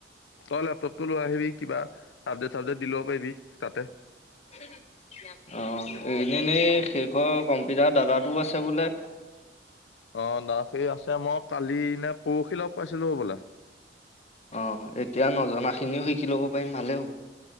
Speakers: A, on the left (about 80°); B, on the left (about 40°).
A: তই লেপটপটো লৈ আহিবি কিবা আপডেট চাবডেট দি লব পাৰিবি তাতে।
B: <unintelligible> অ এনেই এনেই শেষৰ কম্পিটাৰ দাদাটো আছে বোলে।
A: অ দাসেই আছে মই কালি নে পৰহি লগ পাইছিলো বোলে।
B: অ এতিয়া নজনা খিনিও শিকি ল'ব পাৰিম ভালেই হ'ব।